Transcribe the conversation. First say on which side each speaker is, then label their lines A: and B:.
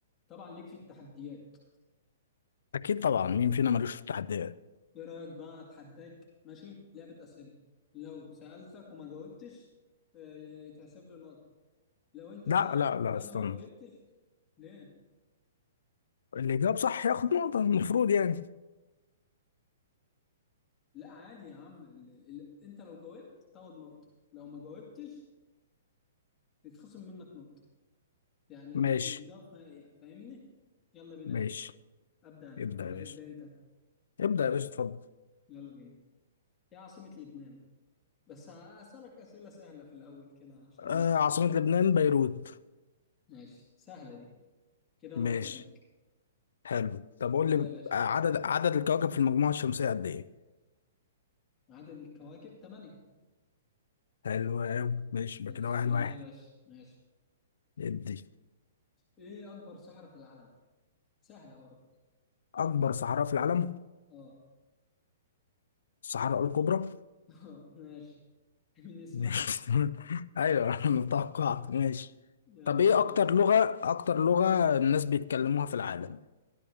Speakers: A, on the left (about 20°); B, on the left (about 75°).
A: طبعا ليك في التحديات
B: اكيد طبعا مين فينا ملوش في التحديات
A: ايه رايك بقى اتحداك ماشي لعبه اسئله لو سالتك وما جاوبتش آه، يتحسب لي نقطه لو انت
B: لا
A: سالت
B: لا لا
A: وانا
B: استنى
A: ما جاوبتش ليه
B: اللي جاب صح ياخد نقطة المفروض يعني
A: لا عادي يا عم ال... ال... انت لو جاوبت تاخد نقطه لو ما جاوبتش يتخصم منك نقطه يعني
B: ماشي
A: يتضاف فاهمني يلا بينا
B: ماشي
A: يا باشا ابدا انا
B: ابدأ
A: ولا
B: يا باشا
A: تبدا انت
B: ابدأ يا باشا اتفضل
A: يلا بينا ايه عاصمه لبنان بس هسألك أسئلة سهلة في الأول كده عشان
B: آه
A: إيه
B: عاصمة لبنان بيروت
A: ماشي سهلة دي كده
B: ماشي
A: نقطة ليك
B: حلو طب قول
A: يلا
B: لي
A: يا باشا
B: آه، عدد
A: ابدأ
B: عدد الكواكب في المجموعة الشمسية قد ايه
A: عدد الكواكب ثمانية
B: حلو أوي. ماشي
A: ماشي
B: يبقى كده واحد
A: يلا
B: واحد
A: يا باشا ماشي
B: ادي
A: ايه اكبر صحراء في العالم سهلة برضه
B: اكبر صحراء في العالم
A: اه
B: الصحراء الكبرى
A: <laughs> ماشي من اسمها
B: ماشي <laughs> ايوه انا توقعت ماشي
A: يلا
B: طب ايه
A: يا باشا
B: اكتر لغة اكتر لغة الناس بيتكلموها في العالم